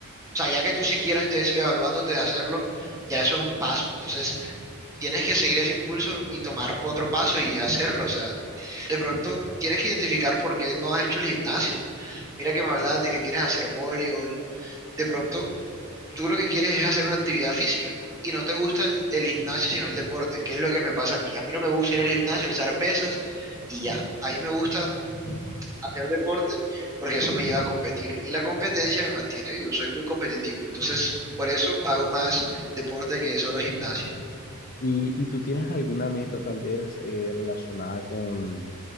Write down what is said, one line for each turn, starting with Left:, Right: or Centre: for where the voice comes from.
Right: sea, ya que tú siquiera estés evaluándote de hacerlo, ya eso es un paso. Entonces, tienes que seguir ese impulso y tomar otro paso y hacerlo. O sea, de pronto tienes que identificar por qué no has hecho el gimnasio. Mira que me hablabas de que quieres hacer voleibol. De pronto, tú lo que quieres es hacer una actividad física y no te gusta el, el gimnasio, sino el deporte, que es lo que me pasa a mí. A mí no me gusta ir al gimnasio, alzar pesas y ya. A mí me gusta hacer deporte porque eso me lleva a competir y la competencia me mantiene vivo, soy muy competitivo. Entonces, por eso hago más deporte que solo gimnasio.
Left: y, ¿y tú tienes alguna meta tal vez eh, relacionada con,